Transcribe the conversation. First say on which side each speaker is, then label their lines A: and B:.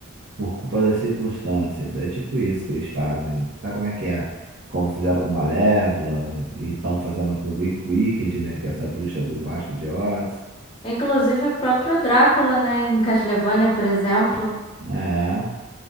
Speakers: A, on the right; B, on the left.
A: por culpa das circunstâncias. É tipo isso que eles fazem. Sabe como é que é? Como fizeram com Malévola e estão fazendo com Wick- Wicked, né? Que é essa bruxa do Vasco de Oz.
B: Inclusive o próprio Drácula, né, em Castlevania, por exemplo.
A: É.